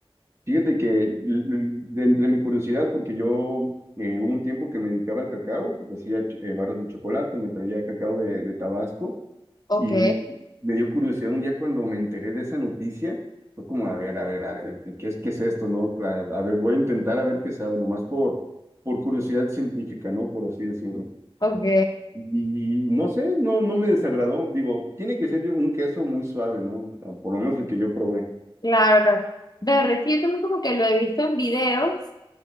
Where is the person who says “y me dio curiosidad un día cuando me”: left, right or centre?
Right